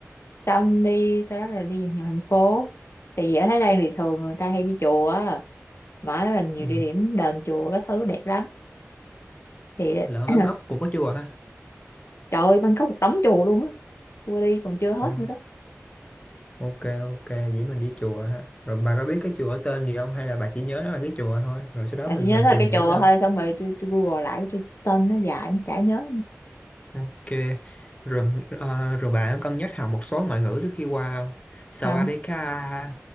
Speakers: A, on the left; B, on the left.
A: xong đi sau đó là đi vòng nhiều thành phố tại vì ở Thái Lan thì thường người ta hay đi chùa á. mà nó là nhiều
B: ừ.
A: địa điểm đền chùa các thứ đẹp lắm thì
B: lỡ
A: <clears throat>
B: Bangkok cũng có chùa ha
A: trời ơi Bangkok một đống chùa luôn á tôi đi còn chưa hết
B: ừ.
A: nữa đó
B: ok ok vậy mình đi chùa ha rồi bà có biết cái chùa ở tên gì không hay là bà chỉ nhớ đó là cái chùa thôi rồi sau đó
A: à,
B: mình
A: tôi nhớ
B: mình
A: đó là
B: tìm
A: cái
B: hiểu
A: chùa
B: sao
A: thôi xong rồi tôi tôi google lại tôi tên nó dài nó chả nhớ
B: ok rồi ờ, rồi bà có cân nhắc học một số ngoại ngữ trước khi qua không Sawadeka
A: không